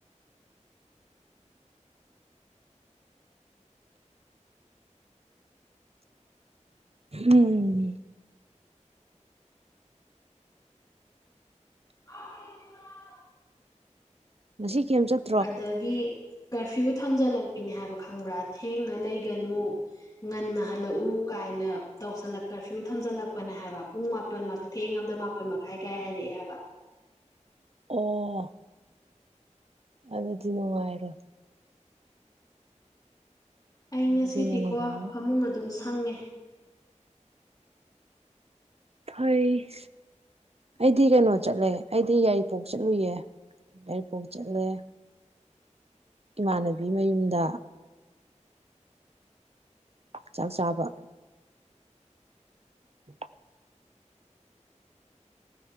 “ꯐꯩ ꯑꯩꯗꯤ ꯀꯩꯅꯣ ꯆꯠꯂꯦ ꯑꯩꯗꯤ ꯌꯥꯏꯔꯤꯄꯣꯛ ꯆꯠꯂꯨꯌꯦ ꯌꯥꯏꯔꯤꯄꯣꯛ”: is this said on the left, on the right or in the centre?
Right